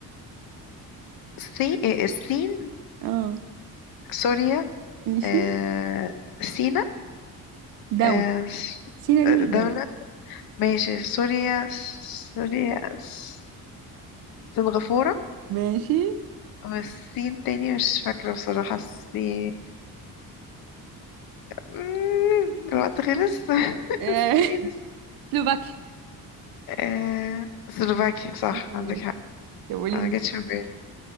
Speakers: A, on the left; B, on the right.
A: الصين إيه، الصين
B: اه
A: سوريا
B: ماشي
A: آه... سينا
B: دولة
A: آه... س-
B: سينا دي
A: آه،
B: مش
A: دولة
B: دولة
A: ماشي سوريا سوريا س- سنغافورة
B: ماشي
A: والصين تاني مش فاكرة بصراحة الصين مم، الوقت خلص <laughs>
B: آه،
A: الصين
B: <laughs> سلوفاكيا
A: آه، سلوفاكيا صح
B: سلوفاكيا.
A: عندك حق
B: طب قولي
A: آه، ما
B: لي
A: جاتش في بالي